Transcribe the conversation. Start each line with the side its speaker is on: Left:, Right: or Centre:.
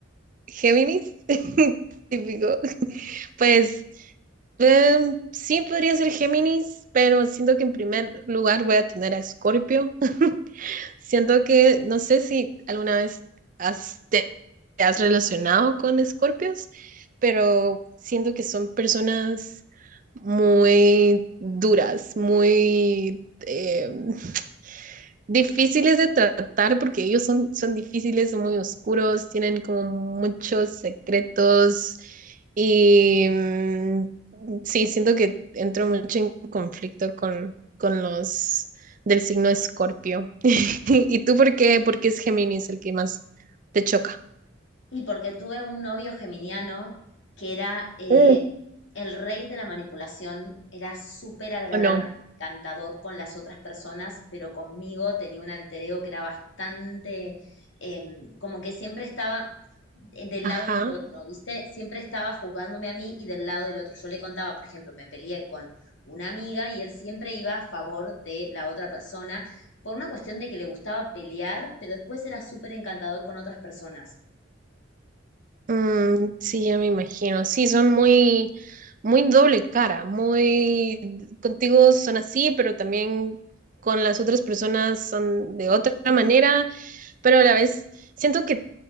Right: Géminis, <laughs> típico. Pues Eh, sí, podría ser Géminis, pero siento que en primer lugar voy a tener a Escorpio. <laughs> Siento que, no sé si alguna vez has, te, te has relacionado con Escorpios, pero siento que son personas muy duras, muy... eh, <laughs> difíciles de tratar porque ellos son, son difíciles, son muy oscuros, tienen como muchos secretos y mm, sí, siento que entro mucho en conflicto con, con los del signo Escorpio. <laughs> ¿Y tú por qué? Porque es Géminis el que más te choca,
Left: Y porque tuve un novio geminiano que era eh,
Right: Mm,
Left: el rey de la manipulación, era súper agradable,
Right: ¿o no?
Left: encantador con las otras personas, pero conmigo tenía un alter ego que era bastante, em, como que siempre estaba en- del
Right: Ajá.
Left: lado del otro, ¿viste? Siempre estaba juzgándome a mí y del lado del otro. Yo le contaba, por ejemplo, me peleé con una amiga y él siempre iba a favor de la otra persona por una cuestión de que le gustaba pelear, pero después era súper encantador con otras personas.
Right: Mm, sí, ya me imagino. Sí, son muy, muy doble cara, muy contigo son así, pero también con las otras personas son de otra manera, pero a la vez siento que